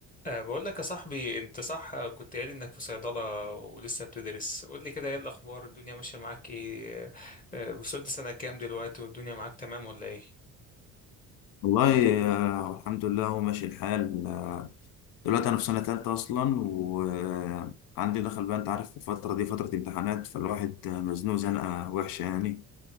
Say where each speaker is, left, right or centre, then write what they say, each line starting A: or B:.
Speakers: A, on the left; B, on the left.
A: أه بقول لك يا صاحبي انت صح كنت قايل انك في صيدلة ولسه بتدرس قول لي كده ايه الاخبار الدنيا ماشية معاك ايه أه وصلت سنة كام دلوقتي والدنيا معاك تمام ولا ايه
B: والله آه، الحمد لله هو ماشي الحال آه، دلوقتي انا في سنه ثالثه اصلا وعندي دخل بقى انت عارف الفتره دي فتره امتحانات فالواحد آه، مزنوق زنقه وحشه يعني